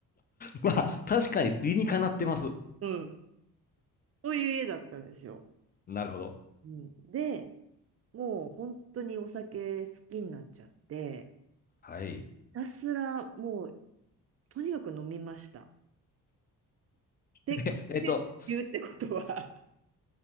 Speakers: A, on the left (about 25°); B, on the right (about 35°).
A: まあ、確かに理にかなってます。
B: うん。そういう家だったんですよ。
A: なるほど。
B: うん、で、もう本当にお酒好きになっちゃって、
A: はい。
B: ひたすらもうとにかく飲みました。で、
A: ええっと、
B: って
A: す
B: 言うってことは、